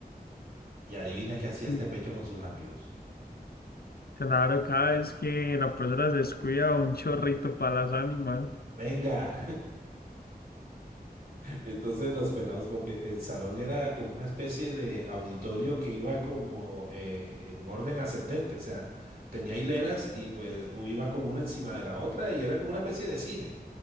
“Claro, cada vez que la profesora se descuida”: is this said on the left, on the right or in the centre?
Left